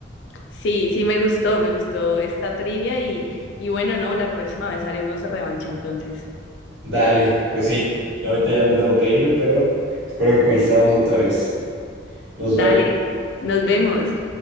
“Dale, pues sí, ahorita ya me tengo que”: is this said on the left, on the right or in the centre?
Right